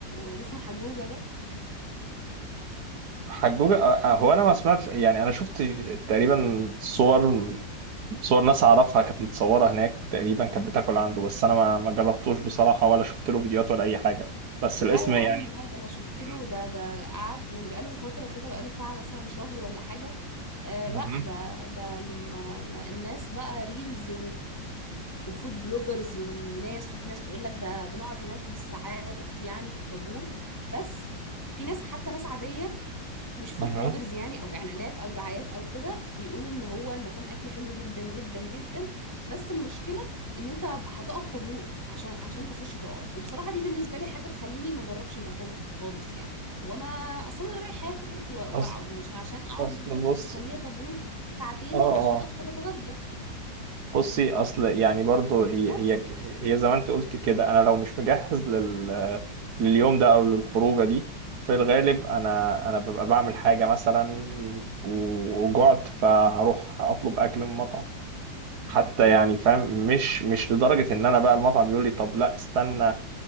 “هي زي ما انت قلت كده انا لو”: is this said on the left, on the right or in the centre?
Right